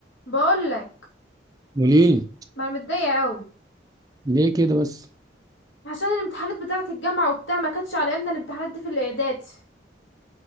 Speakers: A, on the left; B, on the right.
A: بقول لك
B: قوليلي
A: ما انا متضايقه قوي
B: ليه كده بس
A: عشان الامتحانات بتاعه الجامعه وبتاع ما كانتش على ايامنا الامتحانات دي في الاعداد